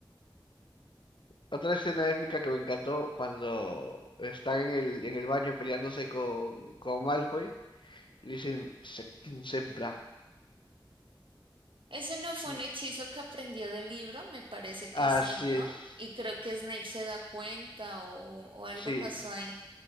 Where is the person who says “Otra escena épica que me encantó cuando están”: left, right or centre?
Left